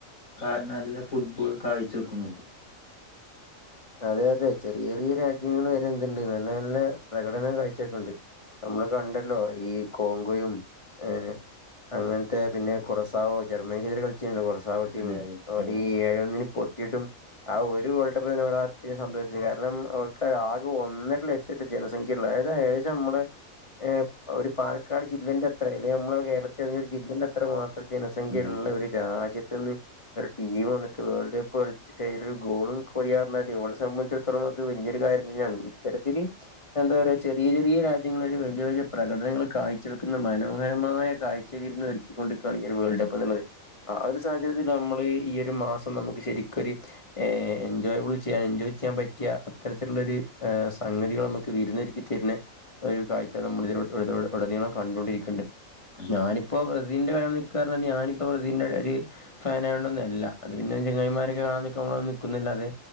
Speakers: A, on the left (about 85°); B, on the left (about 25°).
A: കാ നല്ല ഫുട്ബോൾ കാഴ്ച വെക്കുന്നുണ്ട്
B: അതെ അതെ ചെറിയ ചെറിയ രാജ്യങ്ങൾ വരെ എന്തുണ്ട് നല്ല നല്ല പ്രകടനം കാഴ്ച വക്കണുണ്ട് നമ്മള് കണ്ടല്ലോ ഈ കോങ്കോയും ഏ അങ്ങനത്തെ പിന്നെ കുറസാവോ ജർമ്മനിക്കെതിരെ കളിച്ചിട്ടുണ്ടോ കൊറ അവരുടെ ടീമേ
A: അതെ അതെ
B: അവര്
A: ഉം
B: ഈ എഴേ ഒന്നിന് പൊട്ടിയിട്ടും ആ ഒരു ഗോൾഡ് കപ്പ് <unintelligible> അതൊക്കെയാ സംഭവിച്ചത് കാരണം അവർക്ക് ആകെ ഒന്നര ലക്ഷത്തെ ജനസംഖ്യ ഉള്ളത് അതായത് ഏകദേശം നമ്മള് ഏ ഒരു പാലക്കാട് ജില്ലേന്റെ അത്രേ അല്ലെ നമ്മള് കേരളത്തിലുള്ള ഒരു ജില്ലന്റെ അത്ര മാത്രം ഇത്രേം ജനസംഖ്യ
A: അതെ
B: ഉള്ള
A: അതെ
B: ഒരു രാജ്യത്ത് <unintelligible> ഒരു ടീം വന്നിട്ട് വേൾഡ് കപ്പ് കളിച്ചിട്ട് അതിലൊരു ഗോളും <unintelligible> ഓലെ സംബന്ധിച്ചടത്തോളം അത് വലിയൊരു കാര്യം തന്നെയാണ്. ഇത്തരത്തില് എന്താ പറയാ ചെറിയ ചെറിയ രാജ്യങ്ങളൊരു വലിയ വലിയ പ്രകടനങ്ങൾ കാഴ്ച വെക്കുന്ന മനോഹരമായ കാഴ്ചവീര്ന്നൊരുക്കിക്കൊണ്ടിര്ക്കാണ് ഈ വേൾഡ് കപ്പ് ന്നുള്ളത് ആ ഒരു സാഹചര്യത്തിൽ നമ്മള് ഈ ഒരു മാസം നമുക്ക് ശരിക്കൊരു എൻജോയബിൾ ചെയ്യാൻ എൻജോയ് ചെയ്യാൻ പറ്റിയ അത്തരത്തിലൊരു സംഘതികൾ നമുക്ക് വിരുന്നൊക്കി തര്ണെ ഒരു കാഴ്ച നമ്മുടെ ഇതിലട ഉടനീളം കണ്ടൊണ്ടിരിക്ക്ണ്ട്
A: അതെ
B: ഞാനിപ്പോ ബ്രസീ സിൻ്റെ കളി കാണാൻ നിക്കാന്ന് പറഞ്ഞാല് ഞാനിപ്പ ബ്രസീൽന്റെ ഒരു ഫാനായോണ്ടന്നല്ല അത് പിന്നെ ചങ്ങൈമാരക്കെ കാണാ നിക്കുമ്പോ നിക്കും ന്നല്ലാതെ